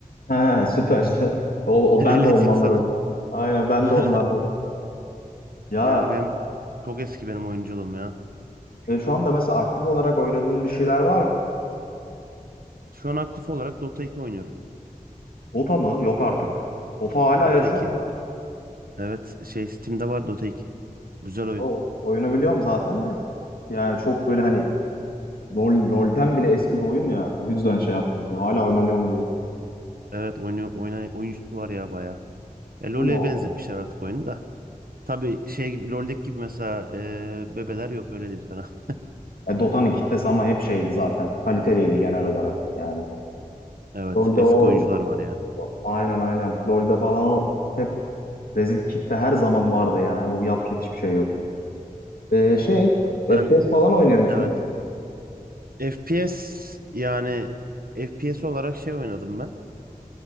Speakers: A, on the left (about 85°); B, on the right (about 80°).
A: he, süper. <laughs> O,
B: <laughs>
A: o,
B: Öyle
A: ben de ondanlardım.
B: diyeyim sana.
A: Aynen ben
B: <laughs>
A: de onlardanım. Ya
B: Yani benim çok eski benim oyunculuğum ya.
A: e, şu anda mesela aktif olarak oynadığın bir şeyler var mı?
B: Şu an aktif olarak Dota 2 oynuyorum.
A: Ota mı? Yok artık. Ota hala
B: Dota
A: yaşıyor
B: 2.
A: mu ya?
B: Evet şey Steam'de var Dota 2. Güzel oyun.
A: O oyunu biliyorum zaten de. Yani çok böyle hani LoL, LoL'den bile eski bir oyun ya. O yüzden şey yaptım. Ya, hala oynanıyor mu diye.
B: Evet oynuyor, oyna, oyuncusu var ya bayağı. Ya LoL'e
A: Allah
B: benzetmişler
A: Allah.
B: artık oyunu da. Tabii şey gibi LoL'deki gibi mesela eee, bebeler yok öyle diyeyim sana. <laughs>
A: E, Dota'nın kitlesi ama hep şeydi zaten. Kaliteliydi genel olarak yani.
B: Evet
A: LoL'de
B: eski
A: o
B: oyuncular var yani.
A: aynen aynen. LoL'de falan o hep rezil kitle her zaman vardı yani. O yapacak hiçbir şey yok. E, şey FPS
B: Ben
A: falan oynuyor musun?
B: evet FPS yani FPS olarak şey oynadım ben.